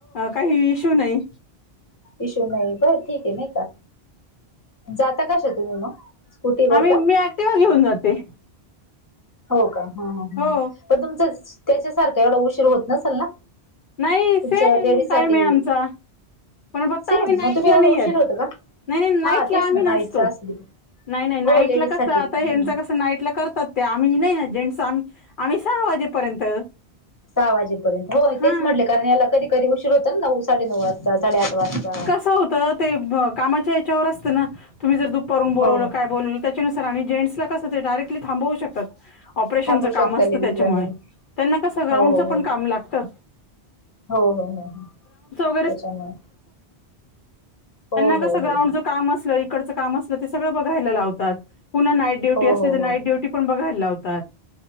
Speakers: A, on the left; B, on the left.
A: काही इश्यू नाही.
B: इशू नाही बा ठीक आहे नाही का, जाता कशा तुम्ही मग. स्कूटीवर
A: हा मी
B: का
A: ऍक्टिवा घेऊन जाते.
B: हो का हं..
A: हो
B: पण तुमचं, तेच्यासारखा एवढा उशीर होत नसेल ना.
A: नाही
B: तुमचं
A: सेम,
B: लेडीज
A: टाईम
B: साठी
A: आहे आमचा. पण फक्त
B: सेम
A: आम्ही नाईटला
B: मग तुम्ही एवढं
A: नाही
B: उशीर
A: येत,
B: होतं का
A: नाही नाईटला
B: हा तेच
A: आम्ही
B: ना
A: नसतो.
B: नाईटच असली
A: नाही नाही नाईट
B: हो लेडीज
A: ला कसं,
B: साठी
A: आता
B: हम्म
A: हेचं कसं. नाईट ला करतात ते, आम्ही नाही ना जेंट्स आम्ही आम्ही सहा वाजेपर्यंत.
B: सहा वाजेपर्यंत हो
A: हा
B: तेच म्हटले, कारण याला कधी कधी उशीर होत. तर नऊ साडे नऊ, वाजता साडेआठ वाजता.
A: असं होतं ते कामाच्या याच्यावर असतं ना, तुम्ही जर दुपारून बोलावलं
B: हो हो
A: काय बोलवलं. त्यानुसार आणि जेंट्सला कसं, ते डायरेक्टली थांबवू शकतात. ऑपरेशनच
B: थांबू
A: काम
B: शकता
A: असतं
B: लेडीजला
A: त्याच्यामुळे,
B: नाही
A: त्यांना कसं ग्राउंडच
B: हो हो
A: पण काम लागतं.
B: हो हो हो हो.
A: <unintelligible>
B: त्याच्यामुळे हो
A: त्यांना
B: हो
A: कस ग्राउंडच
B: हो
A: काम असलं. इकडचं काम असलं ते सगळं बघायला लावतात, पुन्हा नाईट ड्युटी
B: हो
A: असली
B: हो हो हो
A: की पण बघाय लावतात